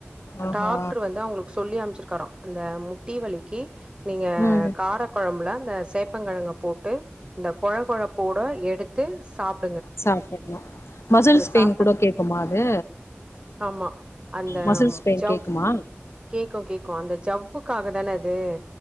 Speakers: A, on the left; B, on the right.
A: ஆஹா
B: டாக்டர் வந்து அவ்ங்ளுக் சொல்லி அம்ச்சிர்க்கார அந்த முட்டி வலிக்கி நீங்க
A: ம்
B: கார கொழம்புல இந்த சேப்பங்கெழங்க போட்டு இந்த கொழ கொழ போட் ப்றோ எடுத்து சாப்
A: சாப்புட்லா மசில்ஸ் பெய்ன்
B: சாப்ட்டா
A: கூட கேக்குமா அது
B: ஆமா அந்த
A: மசில்ஸ் பெயின்
B: ஜவ்
A: கேக்குமா
B: கேக்கு கேக்கு அந்த ஜவ்வுக்காக தான அது